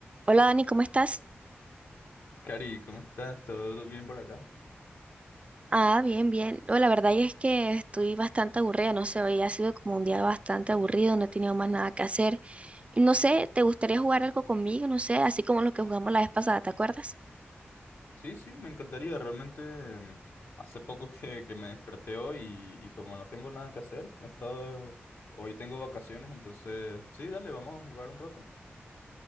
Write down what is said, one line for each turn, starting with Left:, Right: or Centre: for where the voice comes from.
Right: Hola Dani, ¿cómo estás?
Left: Cari, ¿cómo estás? ¿Todo bien por acá?
Right: Ah, bien, bien. No, la verdad es que estoy bastante aburrida, no sé, hoy ha sido como un día bastante aburrido, no he tenido más nada que hacer. Y No sé, ¿te gustaría jugar algo conmigo? No sé, así como lo que jugamos la vez pasada, ¿te acuerdas?
Left: Sí, sí, me encantaría. Realmente mm, hace poco que, que me desperté hoy y, y como no tengo nada que hacer, he estado... Hoy tengo vacaciones, entonces... Sí, dale, vamos a jugar un rato.